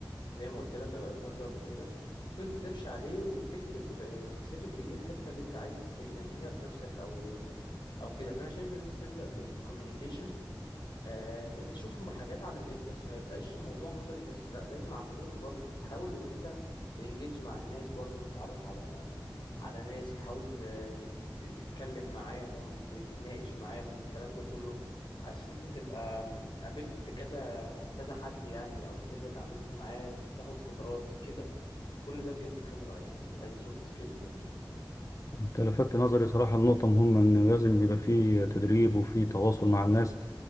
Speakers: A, on the left; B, on the left.
A: زي ما قلت لك برضو قبل كده ممكن تسيرش عليه وتكتب سبيسيفيكلي ايه الحته اللي انت عايز تنميها في نفسك او او كده فانا شايف ان انت تبدا بالكوميونيكيشن آه ان انت تشوف حاجات على النت بس ما يبقاش الموضوع نظري بس لا لازم عمليا برضو تحاول ان انت تنجيج مع الناس برضو تتعرف على على ناس تحاول آه، تت- تتكلم معاهم تتناقش معاهم الكلام ده كله عشان انت تبقى قابلت كذا كذا حد يعني او كده اتعاملت معاه تاخد خبرات كده كل ده بيدي خبرة يعني as a soft skills يعني
B: أنت لفتت نظري صراحة لنقطة مهمة إن لازم بيبقى فيه تدريب وفيه تواصل مع الناس